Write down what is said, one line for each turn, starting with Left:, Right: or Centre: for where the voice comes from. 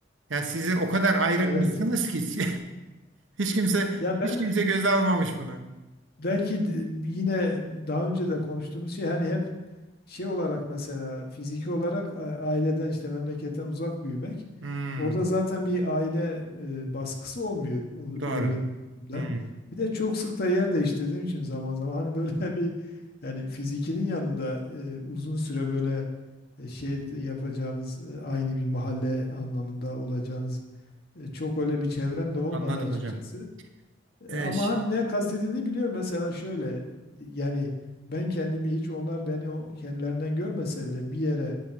Right: Yani sizi o kadar ayrıkmışsınız
Left: Ee, Evet.
Right: ki <laughs> hiç, kimse
Left: Ya ben
Right: hiç kimse
Left: e,
Right: göze almamış bunu.
Left: belki de yine daha önce de konuştuğumuz şey hani hep şey olarak mesela fiziki olarak a- aileden işte memleketten uzak büyümek.
Right: Hı.
Left: Orada zaten bir aile e, baskısı olmuyor o-
Right: Doğru.
Left: öyle da.
Right: Hı.
Left: Bir de çok sık da yer değiştirdiğim için zaman zaman hani böyle <laughs> bir yani fizikinin yanında e, uzun süre böyle e, şey yapacağınız e, aynı bir mahalle anlamında olacağınız e, çok öyle bir çevrem de olmadı
Right: Anladım
Left: açıkçası.
Right: hocam.
Left: E,
Right: Ee,
Left: Ama
Right: ş-
Left: hani ne kastedildiğini biliyorum. Mesela şöyle yani ben kendimi hiç onlar beni o- kendilerinden görmese bile bir yere